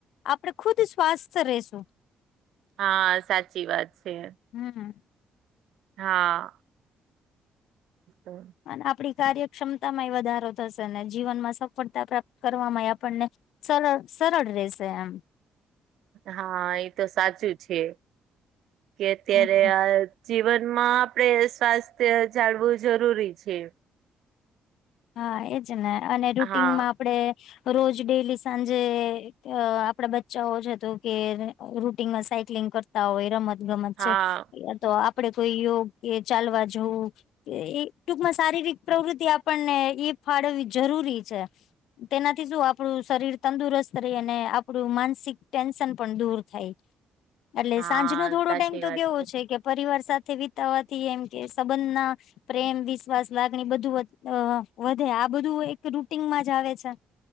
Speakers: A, on the left (about 80°); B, on the right (about 75°).
A: આપડે ખુદ સ્વાસ્થ રેશું.
B: હા સાચી વાત છે.
A: હમ હમ.
B: હા. <unintelligible>
A: અને આપણી કાર્યક્ષમતામાંય વધારો થશે ને જીવન માં સફળતા પ્રાપ્ત કરવાવામાંય આપણને સર સરળ રેસ એમ.
B: હા એ તો સાચું છે કે અત્યારે
A: હમ.
B: આ જીવનમાં આપડે સ્વાસ્થ્ય જાળવું જરૂરી છે.
A: હા એજ ને અને રૂટનમાં
B: હા
A: આપડે રોજ ડેલી સાંજે આપડા બચ્ચાઓ છે તું કે રૂટનમાં સાયક્લિંગ કરતા હોય રમત ગમત
B: હા
A: છે તો આપડે કોઈ યોગ કે ચાલવા જોવું એ ટૂકમાં શારીરિક પ્રવૃતિ આપ પણને એ ફાળવવી જરૂરી છે. તેનાથી શું આપણું શરીર તંદુરસ્ત રહી અને આપણું માનસિક ટેન્શન પણ દૂર થાય. એટલે
B: હા
A: સાંજ નો થોડો
B: સાચી
A: ટાઈમ તો
B: વાત
A: કેવો છે કે પરિવાર સાથે વિતાવા એમ કે સંબંધ ના પ્રેમ વિશ્વાસ લાગણી બધું અ વધે આ બધું એક રૂટીનમાં જ આવે છે.